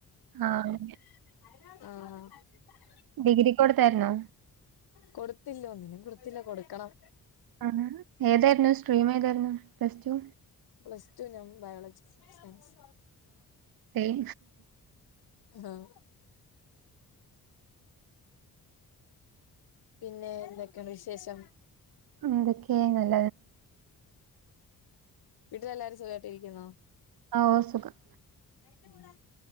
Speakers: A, on the right; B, on the left.
A: ആഹ്
B: ആഹ്
A: ഡിഗ്രി കൊട്ത്തായിര്ന്നോ
B: കൊട്ത്തില്ല ഒന്നിനും കൊട്ത്തില്ല കൊട്ക്കണം.
A: ആഹ് ഏതായിര്ന്നു സ്ട്രീം ഏതായിര്ന്നു പ്ലസ് ടു
B: പ്ലസ് ടു ഞാൻ ബയോളജി സയൻസ്
A: ഹേയ്
B: ആഹ് പിന്നെ എന്തൊക്കെയൊണ്ട് വിശേശം
A: എന്തൊക്കെയാങ്ങനെ
B: വീട്ടിലെല്ലാരും സുഖട്ടിരിക്കുന്നോ?
A: ഓ സുഖം
B: ട്ട ഉള്ള